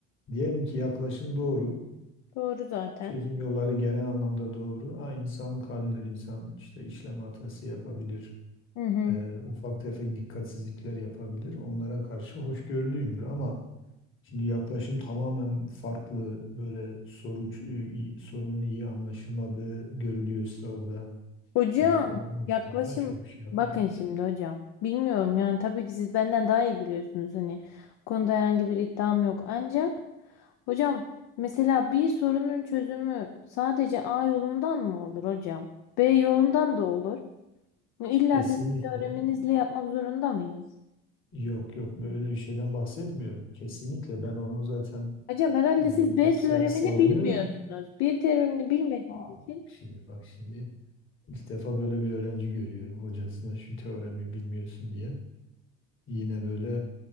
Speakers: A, on the left; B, on the left.
A: diyelim ki yaklaşım doğru.
B: Doğru zaten.
A: Çözüm yolları genel anlamda doğru. Ha, insanlık halidir insan işte işlem hatası yapabilir
B: Hı hı.
A: e, ufak tefek dikkatsizlikler yapabilir. Onlara karşı hoşgörülüyümdür ama şimdi yaklaşım tamamen farklı böyle soru, sorunun iyi anlaşılmadığı görülüyorsa orada
B: Hocam
A: yani o noktada
B: yaklaşım
A: çok bir şey yapmıyorum
B: bakın şimdi
A: yani.
B: hocam. Bilmiyorum yani tabii ki siz benden daha iyi biliyorsunuz hani bu konuda herhangi bir iddiam yok ancak hocam mesela bir sorunun çözümü sadece A yolundan mı olur hocam? B yolundan da olur. Hani İlla
A: Kesinlikle
B: sizin teoreminizle yapmak zorunda mıyız?
A: yok yok böyle bir şeyden bahsetmiyorum. Kesinlikle ben onu zaten
B: Hocam herhalde
A: e, sa-
B: siz B teoremini
A: savunuyorum.
B: bilmiyorsunuz. B teoremini bilmediğiniz için.
A: Bak Şimdi bak şimdi ilk defa böyle bir öğrenci görüyorum hocasına şu teoremi bilmiyorsun diye. Yine böyle